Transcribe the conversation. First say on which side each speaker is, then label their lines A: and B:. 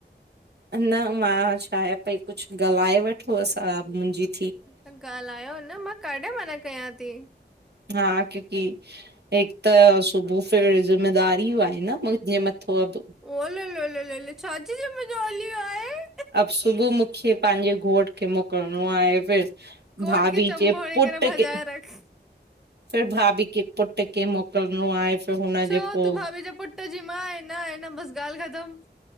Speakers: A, on the right; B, in the centre.
A: न मां चाहिया पई कुछ ॻाल्हाए वठो असां मुंजी
B: त ॻाल्हायो न मां कॾहिं मना कयां थी।
A: हा क्यो की हिक त सुबुह फिर ज़िम्मेदारीयूं आहे न मुंहिंजे मथा अब।
B: ओ-लोलो-लोलो छाजी जिम्मेदारी आहें?
A: अब सुबुह मूंखे पंहिंजे घोट खे मोकिलणो आहे फिर
B: कोट
A: भाभी
B: खे चंबो
A: जे
B: हणी
A: पुट्र
B: करे भॼाए
A: के
B: रख।
A: फिर भाभी के पुट के मुकिल्णो आहे। फिर हुनजे
B: छो
A: पोइ
B: तूं भाभी जे पुट जी मां आहे, न आहे न, बस गाल्हि ख़तम।